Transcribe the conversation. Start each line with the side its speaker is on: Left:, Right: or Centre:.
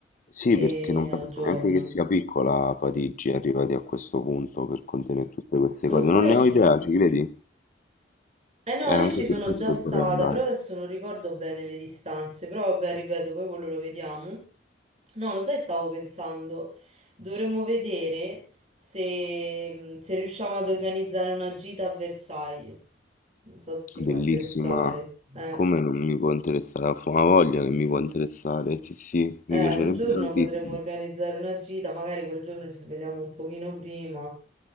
Left: Sì,
Right: e-
Left: perché non
Right: al
Left: penso
Right: giorno.
Left: neanche che sia piccola Parigi, arrivati a questo punto per contenere tutte queste
Right: Lo
Left: cose.
Right: sai?
Left: Non ne ho idea, ci credi?
Right: Eh no,
Left: E
Right: io
Left: anche
Right: ci sono
Left: per questo
Right: già stata,
Left: vorrei andare.
Right: però adesso non ricordo bene le distanze, però vabbè, ripeto, poi quello lo vediamo. No, lo sai, stavo pensando, dovremmo vedere se, mm, se riusciamo ad organizzare una gita a Versailles. Non so se ti
Left: Bellissima,
Right: può interessare. Eh,
Left: come non mi può interessare la fama voglia che mi può interessare, sì, sì,
Right: eh,
Left: mi piacerebbe
Right: un giorno
Left: tantissimo.
Right: potremmo organizzare una gita, magari quel giorno ci svegliamo un pochino prima.